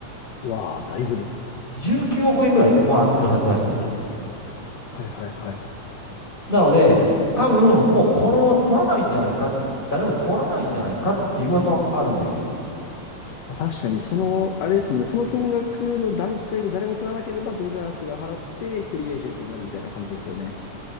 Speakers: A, on the left; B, on the left.
A: うわあ、だいぶですね。
B: 19億円ぐらいもらってるはずらしいんですよ。
A: はいはいはい。
B: なので、多分もうこのまま取らないんじゃないか、誰も取らないんじゃないかっていう噂はあるんですよ。
A: まあ、確かに、その、あれですもんね。その金額の段階で誰も取らなければ、ドジャースが払ってフリーエージェントになるみたいな感じですよね。